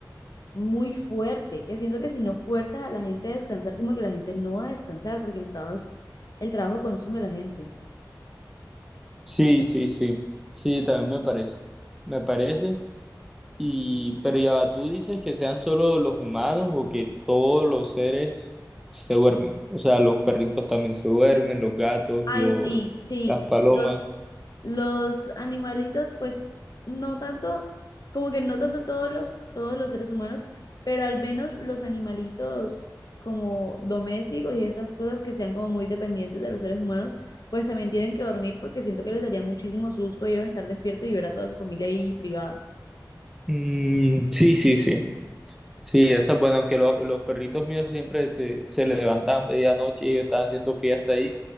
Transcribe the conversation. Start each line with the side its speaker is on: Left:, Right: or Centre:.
Left: muy fuerte, que siento que si no fuerzas a la gente a descansar, como que la gente no va a descansar porque el trabajo es, el trabajo consume a la gente.
Centre: Sí, sí, sí. Sí, también me parece. Me parece. Y, pero ya va, tú dices que sean solo los humanos o que todos los seres se duermen. O sea, los perritos también se duermen, los gatos,
Left: Ay,
Centre: los,
Left: sí, sí.
Centre: las palomas.
Left: entonces. Los animalitos, pues no tanto, como que no tanto todos los, todos los seres humanos, pero al menos los animalitos como domésticos y esas cosas que sean como muy dependientes de los seres humanos, pues también tienen que dormir porque siento que les daría muchísimo susto a ellos estar despiertos y ver a toda su familia ahí privada.
Centre: Mm, sí, sí, sí. Sí, eso es bueno, aunque lo- los perritos míos siempre se, se levantan a medianoche y ellos estaban haciendo fiesta ahí